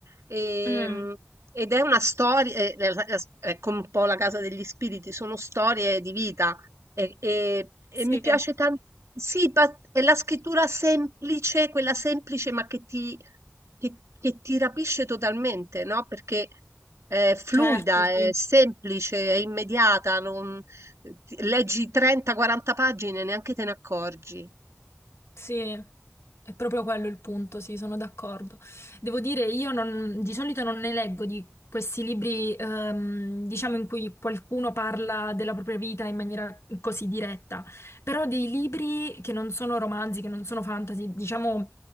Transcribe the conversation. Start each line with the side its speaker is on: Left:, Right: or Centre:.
Right: Ehm,
Left: Mm,
Right: ed è una storia, eh, la- la- è come un po' la casa degli spiriti, sono storie di vita e, e- e
Left: sì,
Right: mi piace tanto. Sì, pa- è la scrittura semplice, quella semplice ma che ti, che, che ti rapisce totalmente, no? Perché è fluida,
Left: certo, sì.
Right: è semplice, è immediata, non- ti- leggi 30-40 pagine, e neanche te ne accorgi.
Left: Sì, è proprio quello il punto, sì, sono d'accordo. Devo dire, io non- di solito non ne leggo di questi libri, ehm, diciamo, in cui qualcuno parla della propria vita in maniera così diretta, però dei libri che non sono romanzi, che non sono fantasy, diciamo,